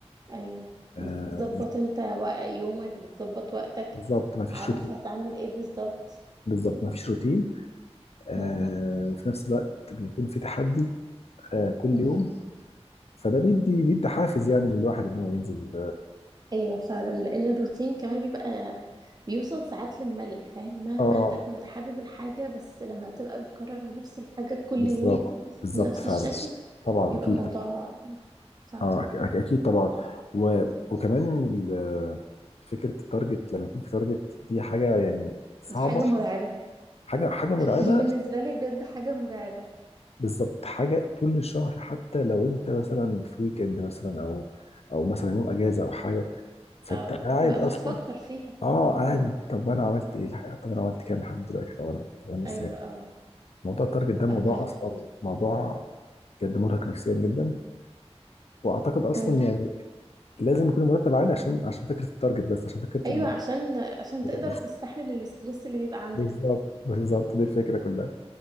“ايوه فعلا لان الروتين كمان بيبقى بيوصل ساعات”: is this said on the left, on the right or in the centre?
Right